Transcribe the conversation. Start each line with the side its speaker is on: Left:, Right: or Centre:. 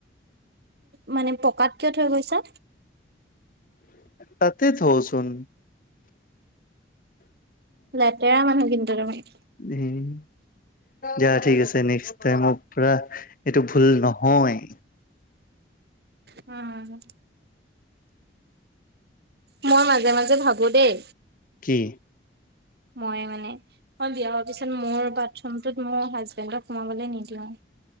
Right: মানে পকাত কিয় থৈ গৈছা?
Left: তাতে থওঁচোন।
Right: লেতেৰা মানুহ কিন্তু তুমি।
Left: উম, যা ঠিক আছে নেক্স <inaudible> পুৰা এইটো ভুল নহয়।
Right: উম, মই মাজে-মাজে ভাবো দেই,
Left: কি?
Right: মই মানে মই বিয়া হোৱাৰ পিছত মোৰ বাথৰুমটোত, মোৰ হাজবেণ্ডক সোমাবলে নিদিওঁ।